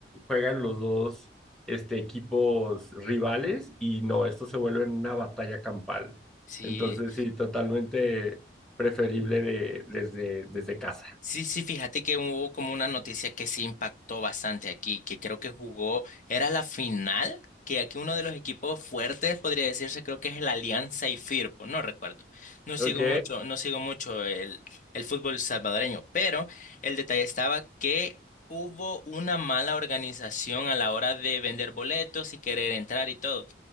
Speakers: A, in the centre; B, on the left.
A: juegan los dos este, equipos rivales y no, esto se vuelve una batalla campal.
B: Sí,
A: Entonces, sí, totalmente preferible de, desde, desde casa.
B: Sí, sí, fíjate que hubo como una noticia que se impactó bastante aquí, que creo que jugó, era la final, que aquí uno de los equipos fuertes podría decirse, creo que es el Alianza y Firpo, no recuerdo. No sigo
A: Ok,
B: mucho, no sigo mucho el, el fútbol salvadoreño, pero el detalle estaba que hubo una mala organización a la hora de vender boletos y querer entrar y todo.